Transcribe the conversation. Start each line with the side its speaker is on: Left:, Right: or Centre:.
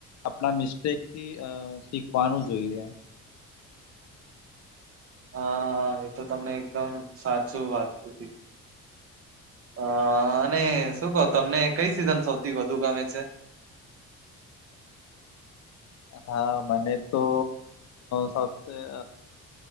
Left: આપણા મિસ્ટેક થી અ શીખવાનું જોઈએ
Right: હા હા એ તો તમને એકદમ સાચું વાત કીધી હ અને શું કહો તમને કઈ સિઝન સૌથી વધુ ગમે છે.
Left: હા મને તો સૌથી